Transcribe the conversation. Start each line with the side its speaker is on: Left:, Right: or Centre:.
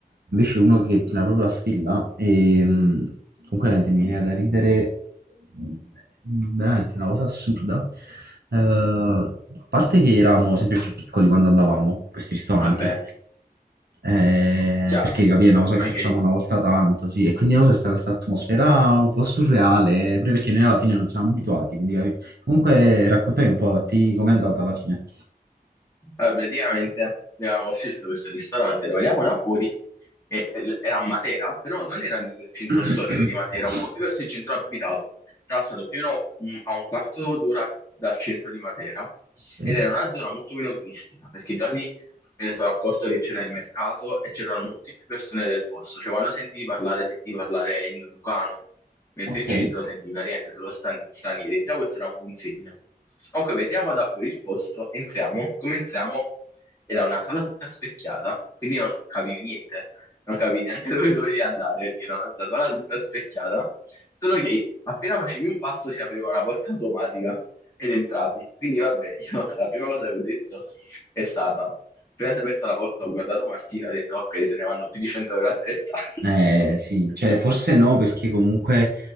Right: Invece uno che tira proprio la stilla e mh, comunque veramente mi viene da ridere, mh, veramente una cosa assurda. Eh, a parte che eravamo sempre più piccoli quando andavamo in questi ristoranti,
Left: vabbè,
Right: eh,
Left: chiaro,
Right: perché capì, è una cosa
Left: anche
Right: che facciamo
Left: io.
Right: una volta tanto, sì, e quindi non so, sta questa atmosfera un po' surreale, pure perché noi alla fine non siamo abituati, quindi capì. Comunque raccontami un po' a te com'è andata alla fine.
Left: Allora, praticamente abbiamo scelto questo ristorante, lo vediamo da fuori, e- e l- era a Matera, però non era nel centro
Right: <coughs>
Left: storico di Matera, un po' più verso il centro abitato. Era stato più o meno mm, a un quarto d'ora dal centro di Matera
Right: <clears throat>
Left: ed era una zona molto meno turistica, perché già lì me ne sono accorto che c'era il mercato e c'erano molte più persone del posto. Cioè, quando sentivi parlare, sentivi parlare in Lucano, mentre
Right: Ok.
Left: in centro
Right: Ok.
Left: sentivi praticamente solo stan- stranieri. E Già questo era un buon segno. Comunque, vediamo da fuori il posto, entriamo. Come entriamo, era una sala tutta specchiata, quindi non capivi niente. Non capivi neanche dove dovevi andare, perché era una sala tutta specchiata. Solo che appena facevi un passo si apriva una porta automatica ed entravi. Quindi vabbè, io <laughs> la prima cosa che ho detto è stata, appena si è aperta la porta, ho guardato Martina e ho detto, ok, se ne vanno più di 100 euro a testa.
Right: Eh sì, cioè
Left: <laughs>
Right: forse no, perché comunque